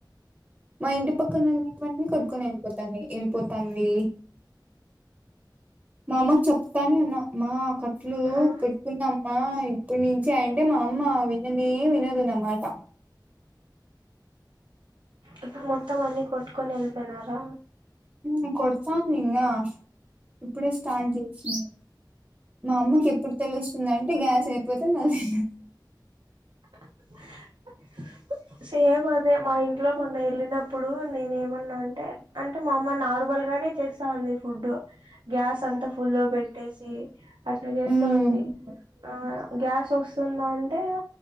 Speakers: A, on the right; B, on the right.
A: మా ఇంటి పక్కన ఉన్నటువన్నీ కొట్టుకొని వెళ్ళిపోతాంది వెళ్ళిపోతాంది మా అమ్మకు చెప్తానే ఉన్నా మా కట్లు
B: ఆ
A: కొట్టుకుందమ్మా ఇప్పుడు నుంచి అండ్ మా అమ్మ విననే వినదు నామాట
B: ఇప్పుడు మొత్తం అన్నిి కోట్కొని ఎల్లిపోయినరా
A: ఊ కొడతాను ఇంగా ఇప్పుడే స్టార్ట్ చేసింది మా అమ్మకి ఎప్పుడు తెలుస్తుందంటే గ్యాస్ అయిపోతే మళ్లీ
B: <inaudible> సేమ్ అదే మా ఇంట్లొ మొన్న లేనప్పుడు నేను ఏమన్నా అంటే అంట మా అమ్మ నార్మల్ గానే చేస్తా అంది ఫుడ్డు గ్యాస్ అంత ఫుల్లో పెట్టేసి అట్లా చేస్తా
A: ఉమ్ ఉమ్
B: ఉంది ఆ గ్యాస్ వస్తే వస్తుందా అంటే